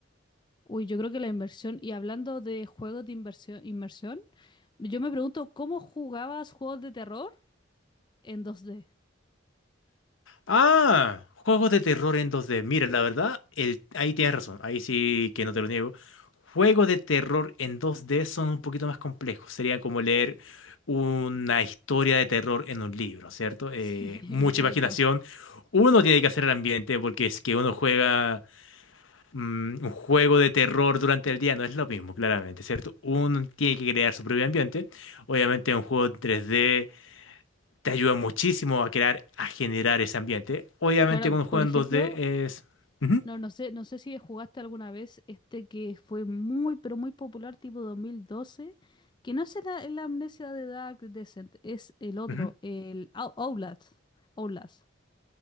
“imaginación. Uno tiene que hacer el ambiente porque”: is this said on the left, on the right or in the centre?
Left